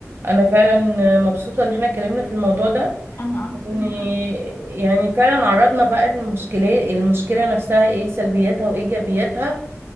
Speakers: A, on the right (about 50°); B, on the left (about 45°).
A: أنا فعلا مبسوطة إن احنا اتكلمنا في الموضوع ده
B: أنا أكتر
A: إن
B: يا حبيبتي
A: يعني فعلا عرضنا بقى المشكلة المشكلة نفسها إيه سلبياتها وإيجابياتها